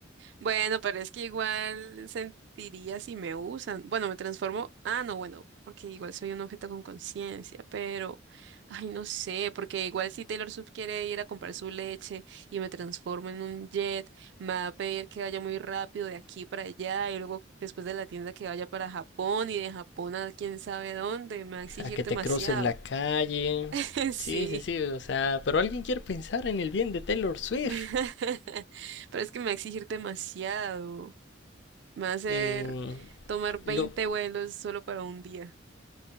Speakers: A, on the right; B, on the left.
A: Bueno, pero es que igual sentiría si me usan. Bueno, me transformo. Ah, no, bueno, porque igual soy un objeto con conciencia, pero, ay, no sé, porque igual si Taylor Swift quiere ir a comprar su leche y me transformo en un jet, me va a pedir que vaya muy rápido de aquí para allá y luego después de la tienda que vaya para Japón y de Japón a quién sabe dónde, me va a exigir
B: a que
A: demasiado.
B: te cruces la calle.
A: <laughs> Sí.
B: Sí, sí, sí, o sea, pero alguien quiere pensar en el bien de Taylor Swift.
A: <laughs> Pero es que me va a exigir demasiado. Me va a hacer
B: Y
A: tomar 20
B: lo,
A: vuelos solo para un día.